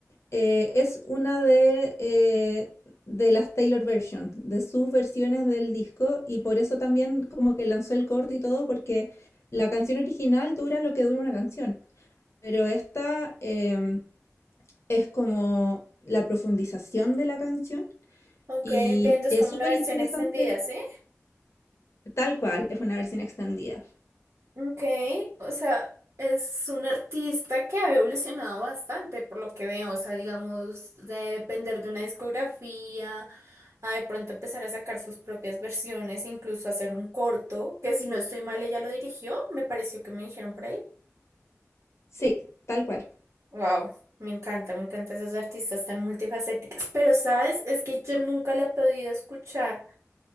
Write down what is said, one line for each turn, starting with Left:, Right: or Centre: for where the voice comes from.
Left: eh, es una de, eh, de las Taylor Version, de sus versiones del disco, y por eso también como que lanzó el corto y todo, porque la canción original dura lo que dura una canción, pero esta... em, es como la profundización de la canción
Right: Ok,
Left: y
Right: entiendo, es
Left: es
Right: como
Left: súper
Right: una versión
Left: interesante,
Right: extendida, ¿sí?
Left: tal cual, es una versión extendida.
Right: Ok, o sea, es un artista que ha evolucionado bastante por lo que veo, o sea, digamos, de depender de una discografía, a de pronto empezar a sacar sus propias versiones, incluso hacer un corto, que si no estoy mal, ella lo dirigió, me pareció que me dijeron por ahí.
Left: Sí, tal cual.
Right: Wow, me encanta, me encantan esas artistas tan multifacéticas, pero sabes, es que yo nunca la he podido escuchar